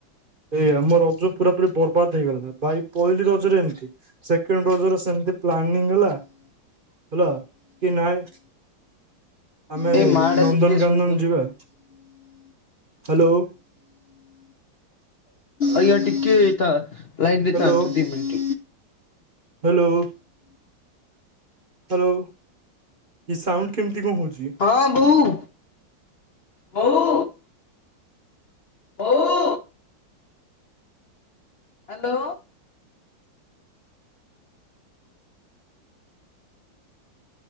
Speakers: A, on the right; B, on the left.
A: ଏଇ ଆମ ରଜ ପୁରା ପୁରି ବର୍ବାଦ ହେଇଗଲା, ଭାଇ ପହିଲି ରଜରେ ଏମିତି। ସେକେଣ୍ଡ
B: ହଁ
A: ରଜରେ ସେମତି ପ୍ଲାନିଂ ହେଲା, ହେଲା କି ନାଇଁ ଆମେ
B: ଏଇ ମା ଡାକୁଛି
A: ନନ୍ଦନକାନନ
B: ଟିକେ ଶୁଣିଦିଅ
A: ଯିବା, ହ୍ୟାଲୋ।
B: ଆଜ୍ଞା ଟିକେ ତା ଲାଇନ୍ ରେ
A: ହ୍ୟାଲୋ
B: ଥାଆନ୍ତୁ ଦି ମିନିଟ।
A: ହ୍ୟାଲୋ। ହ୍ୟାଲୋ, ଏ ସାଉଣ୍ଡ କେମିତି କଣ ହଉଛି?
B: ହଁ ବୋଉ ବୋଉ। ବୋଉ। ହ୍ୟାଲୋ।